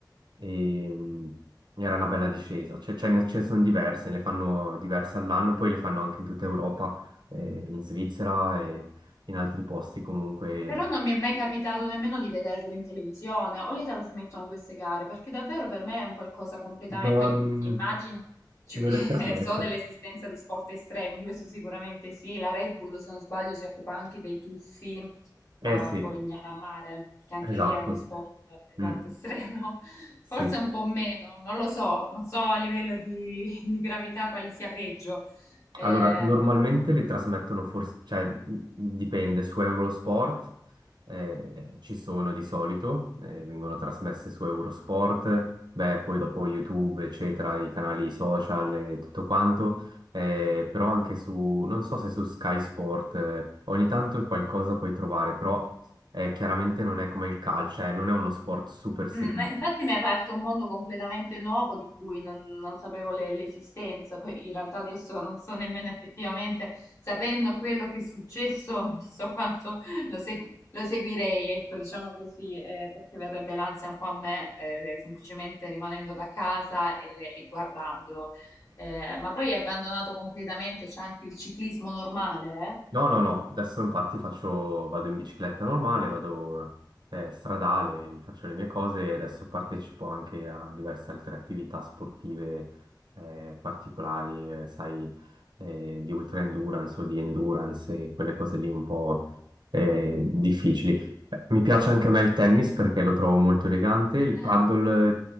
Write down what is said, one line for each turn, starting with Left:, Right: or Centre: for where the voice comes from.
Right: e ehm, era una bella discesa. Cioè, ce ne ce ne sono diverse, ne fanno diverse all'anno, poi le fanno anche in tutta Europa, eh, in Svizzera e in altri posti comunque.
Left: però non mi è mai capitato nemmeno di vederlo in televisione o le trasmettono queste gare, perché davvero per me è un qualcosa completamente...
Right: Non.
Left: Poi im- immagino, ci-
Right: Non
Left: <laughs>
Right: le trasmettono.
Left: so dell'esistenza di sport estremi, questo sicuramente sì, la Red Bull se non sbaglio si occupa anche dei tuffi
Right: Eh
Left: a
Right: sì,
Left: Polignano a Mare, che anche
Right: esatto.
Left: lì è uno sport esatto
Right: Mm,
Left: estremo, <laughs>
Right: sì.
Left: forse un po' meno, non lo so, non so a livello di, di gravità quale sia peggio. Ehm,
Right: Allora, normalmente le trasmettono forse, cioè mh, dipende, su Eurosport eh, ci sono di solito, eh, vengono trasmesse su Eurosport, beh, poi dopo YouTube, eccetera, i canali social e tutto quanto, eh, però anche su, non so se su Sky Sport, eh, ogni tanto qualcosa puoi trovare, però eh, chiaramente non è come il calcio, eh, non è uno sport super seguito.
Left: Mm, ma infatti mi hai aperto un mondo completamente nuovo di cui non, non sapevo le- l'esistenza, poi in realtà adesso non so nemmeno effettivamente, sapendo quello che è successo, <laughs> non so quanto lo, segu- lo seguirei, ecco, diciamo così, eh, perché verrebbe l'ansia un po' a me, eh, semplicemente rimanendo da casa e, e guardandolo. Eh, ma poi hai abbandonato completamente, c'è anche il ciclismo normale,
Right: No, no, no, adesso infatti faccio, vado in bicicletta normale, vado eh, stradale, faccio le mie cose e adesso partecipo anche a diverse altre attività sportive eh, particolari, eh, sai, eh, di ultra endurance o di endurance e quelle cose lì un po' eh, difficili. Beh, mi piace anche a me il tennis perché lo trovo molto elegante, il
Left: eh?
Right: paddle,